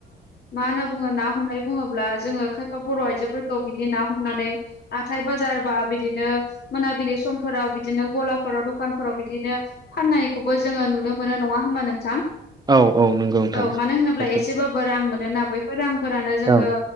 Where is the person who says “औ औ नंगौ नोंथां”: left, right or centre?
Right